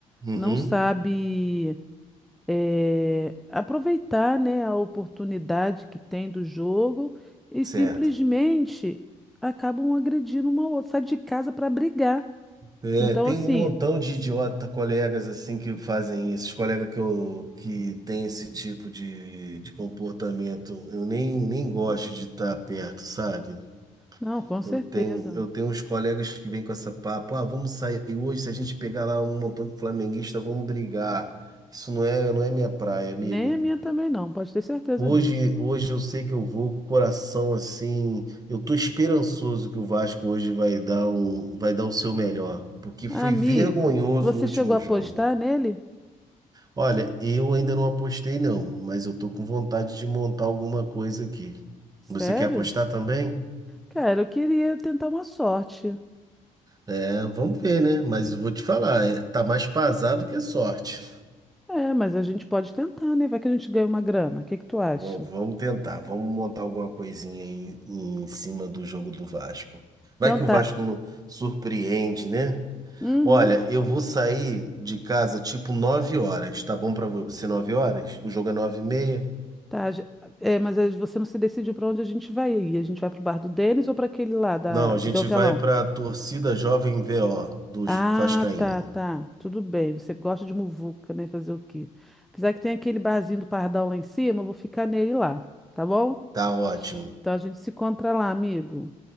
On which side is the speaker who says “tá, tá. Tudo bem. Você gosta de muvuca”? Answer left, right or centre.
Centre